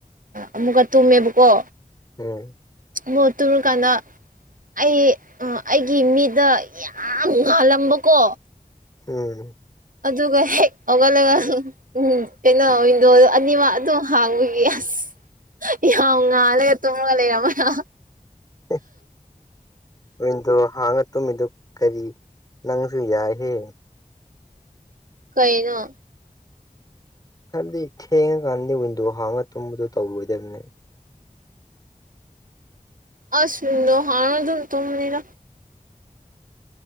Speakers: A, on the right; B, on the left.
A: ꯑꯃꯨꯛꯀ ꯇꯨꯝꯃꯦꯕꯀꯣ
B: ꯎꯝ
A: ꯃꯣꯠꯇꯨꯔ ꯀꯥꯟꯅꯥ ꯑꯩ ꯑꯩꯒꯤ ꯃꯤꯗ ꯌꯥꯝ ꯉꯜꯂꯝꯕꯀꯣ
B: ꯎꯝ
A: ꯑꯗꯨꯒ ꯍꯦꯛ ꯍꯧꯒꯠꯂꯒ ꯎꯝ ꯀꯩꯅꯣ ꯋꯤꯟꯗꯣꯗꯨ ꯑꯅꯤꯃꯛ ꯑꯗꯨꯝ ꯍꯥꯡꯕꯒꯤ ꯑꯁ ꯌꯥꯝ ꯉꯥꯜꯂꯦ ꯇꯨꯝꯃꯒ ꯂꯩꯔꯝꯃꯦ ꯅ
B: ꯍꯦ <unintelligible> ꯋꯤꯟꯗꯣ ꯍꯥꯡꯉꯥ ꯇꯨꯝꯃꯤꯗꯨ ꯀꯔꯤ ꯅꯪꯁꯨ ꯌꯥꯏꯍꯦ
A: ꯀꯩꯅꫭ
B: ꯍꯥꯏꯕꯗꯤ ꯊꯦꯡꯉꯀꯥꯟꯗꯤ ꯋꯤꯟꯗꯣ ꯍꯥꯡꯉꯒ ꯇꯨꯝꯕꯗꯣ ꯇꯧꯔꯣꯏꯗꯕꯅꯦ
A: ꯑꯁ ꯋꯤꯟꯗꯣ ꯍꯥꯡꯉ ꯗꯨꯝ ꯇꯨꯝꯅꯤꯗ